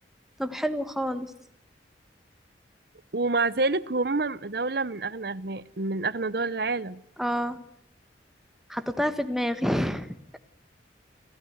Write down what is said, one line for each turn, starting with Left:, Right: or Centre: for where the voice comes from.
Centre: طب حلو خالص
Right: ومع ذلك هم دولة من أغنى أغنياء من أغنى دول العالم
Centre: اه حطيتها في دماغي <laughs>